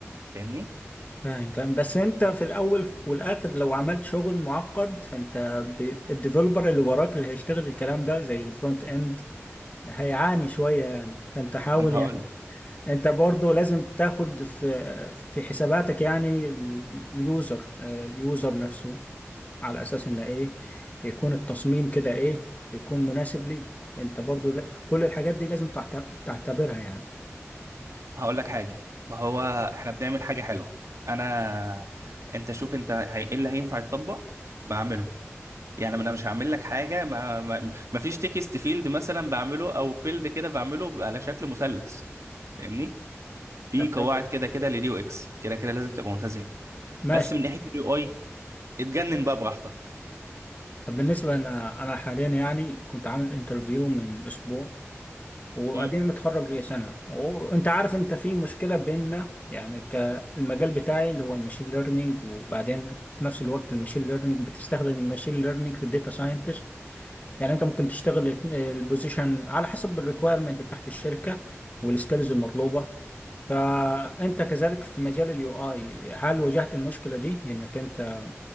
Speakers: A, on the right; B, on the left.
A: فاهمني
B: فاهم فاهم بس أنت في الأول والآخر لو عملت شغل معقد فأنت ب- الديفلوبر اللي وراك اللي هيشتغل الكلام ده زي الفرونت إند هيعاني شوية يعني فأنت حاول
A: ما انا
B: يعني
A: هقول
B: انت برضو لازم تاخد في في حساباتك يعني ال- اليوزر آه، اليوزر نفسه على اساس ان ايه يكون التصميم كده ايه يكون مناسب ليه انت برضو لا- كل الحاجات دي لازم تعت- تعتبرها يعني
A: هقول لك حاجة ما هو احنا بنعمل حاجة حلوة انا انت شوف انت هي... ايه اللي هينفع يتطبق بعمله يعني انا مش هعمل لك حاجه ما ما ما فيش تكست فيلد مثلا بعمله او فيلد كده بعمله بيبقى على شكل مثلث فاهمني في
B: طب
A: قواعد
B: طب
A: كده كده لليو اكس كده كده لازم تبقى ملتزم
B: ماشي
A: بس من ناحيه اليو اي اتجنن بقى براحتك
B: طب بالنسبة انا انا حاليا يعني كنت عامل انترفيو من اسبوع وبعدين
A: مم.
B: متخرج لي سنة وانت عارف انت في مشكلة بيننا يعني كالمجال بتاعي اللي هو الماشين ليرنينج وبعدين في نفس الوقت الماشين ليرنينج بتستخدم الماشين ليرنينج في الداتا ساينتست يعني انت ممكن تشتغل البوزيشن على حسب الريكويرمنت بتاعت الشركة والسكيلز المطلوبة فانت كذلك في مجال اليو اي هل واجهت المشكلة دي انك انت